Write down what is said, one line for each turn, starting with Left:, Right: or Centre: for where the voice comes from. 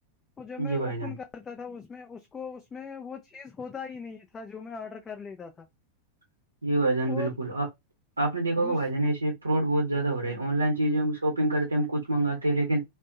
Left: تو جب میں
Right: جی بھائی جان
Left: کرتا تھا اس میں اس کو اس میں وہ چیز ہوتا ہی نہیں تھا جو میں آرڈر کر لیتا تھا
Right: <inaudible> یہ بھائی جان بالکل
Left: اور
Right: آپ آپ دیکھا ہوا
Left: دوس
Right: بھائی جان ایسے فرڈ بہت زیاد ہو رہاے آن لائن چیزیں شاپنگ کرتے ہم کچھ منگاتے ہیں لیکن